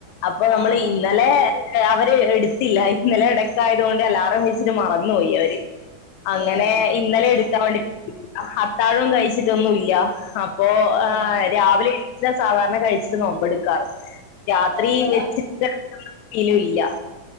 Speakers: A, on the left (about 75°); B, on the left (about 60°).
A: അപ്പൊ
B: ആഹ്
A: നമ്മള് ഇന്നലെ അവര് എടുത്തില്ല ഇന്നല ഇടക്കായത് കൊണ്ട് അലാറം വച്ചിട്ട് മറന്നുപോയി അവര് അങ്ങനെ
B: ഏഹ്
A: ഇന്നലെ എടുക്കാൻ വേണ്ടി അത്താഴം കഴിച്ചിട്ടൊന്നുംല്ല ആ ഇപ്പോ
B: ആഹ്
A: രാവിലെ സാധാരണ കഴിച്ചിട്ട് നോമ്പെടു രാത്രി
B: ഇവടെ
A: വെച്ചിട്ട് കെടക്കണ ശീലംഇല്ല-